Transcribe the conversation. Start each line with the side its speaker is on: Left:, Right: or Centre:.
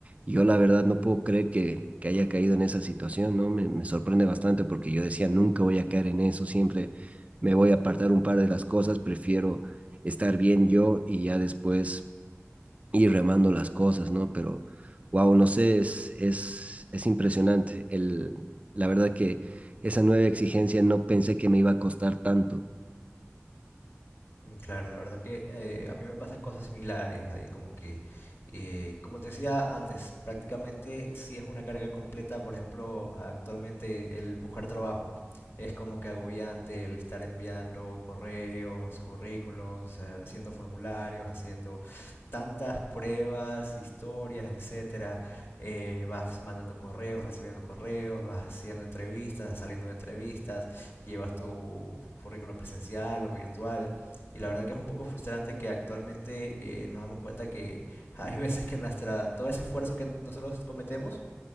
Right: y yo la verdad no puedo creer que, que haya caído en esa situación, ¿no? Me, me sorprende bastante porque yo decía, nunca voy a caer en eso, siempre me voy a apartar un par de las cosas, prefiero estar bien yo y ya después ir remando las cosas, ¿no? Pero, wow, no sé, es, es, es impresionante. El, la verdad que esa nueva exigencia no pensé que me iba a costar tanto.
Left: Mm, Claro, la verdad que eh, a mí me pasan cosas similares ahí, como que, eh, como te decía antes, prácticamente sí es una carga completa, por ejemplo, actualmente el buscar trabajo es como que agobiante el estar enviando correos, currículos, eh, haciendo formularios, haciendo tantas pruebas, historias, etcétera. Eh, vas mandando correos, recibiendo correos, vas haciendo entrevistas, saliendo de entrevistas, llevas tu currículum presencial o virtual. Y la verdad que es un poco frustrante que actualmente eh, nos damos cuenta que <laughs> hay veces que nuestra, todo ese esfuerzo que nosotros cometemos